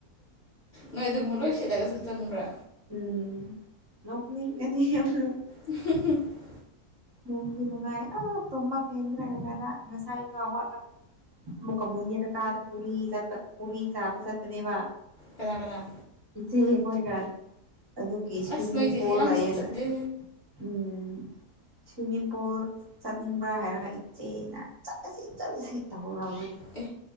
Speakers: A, on the left; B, on the right.
A: ꯅꯣꯏ ꯑꯗꯨꯒꯨꯝꯕ ꯂꯣꯏ ꯁꯦꯠꯂꯒꯁꯨ ꯆꯪꯕ꯭ꯔꯥ
B: ꯎꯝ ꯅꯣꯛꯅꯤꯡꯒꯅꯤꯍꯦ <unintelligible>
A: <unintelligible>
B: ꯅꯨꯡꯗꯤ ꯅꯨꯡꯉꯥꯏ ꯑꯥ ꯇꯨꯝꯕ ꯄꯦꯟꯗ꯭ꯔꯦ ꯉꯔꯥꯡ ꯉꯁꯥꯏꯒ ꯍꯧꯒꯠꯂꯒ ꯃꯨꯀ ꯃꯟꯅꯦꯗ ꯀꯥꯗ ꯄꯨꯔꯤ ꯆꯠꯄ ꯄꯨꯔꯤ ꯆꯥꯕ ꯆꯠꯄꯅꯦꯕ
A: ꯀꯅꯥ ꯀꯅꯥꯥ
B: ꯏꯆꯦ ꯑꯩꯈꯣꯏꯒ ꯑꯗꯨꯒꯤ ꯁꯨꯏꯋꯤꯃꯤꯡ
A: ꯑꯁ ꯅꯣꯏꯗꯤ
B: ꯄꯨꯜ
A: ꯁꯤ ꯌꯥꯝ
B: ꯂꯩꯌꯦꯅ
A: ꯆꯠ ꯆꯠꯂꯦ
B: ꯎꯝ ꯁꯨꯏꯋꯤꯃꯤꯡ ꯄꯨꯜ ꯆꯠꯅꯤꯡꯕ꯭ꯔꯥ ꯍꯥꯏꯔꯒ ꯏꯆꯦꯅ ꯆꯠꯂꯁꯤ ꯆꯠꯂꯁꯤ ꯇꯧꯔꯕꯩ
A: ꯑꯦ